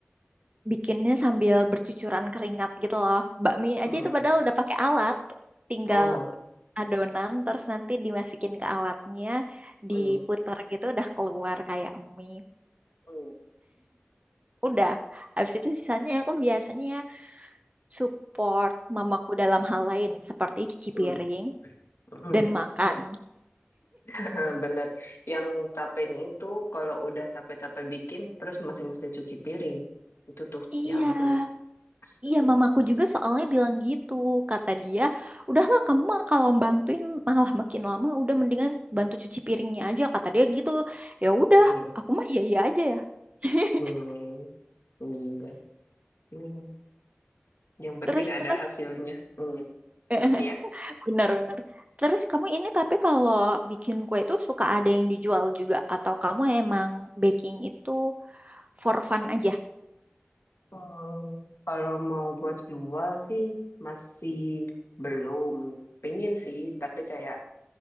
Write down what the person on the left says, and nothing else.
hmm.
Oh,
hmm,
hmm,
hmm,
hmm.
<laughs> Bener. Yang capeknya itu kalau udah capek-capek bikin, terus masih mesti cuci piring. Itu tuh,
ya ampun.
<laughs>
Hmm.
Hmm. Iya. Hmm. Yang penting
ada
hasilnya. Hmm.
Ya.
Hmm, Kalau mau buat jual sih masih belum. Pengen sih, tapi kayak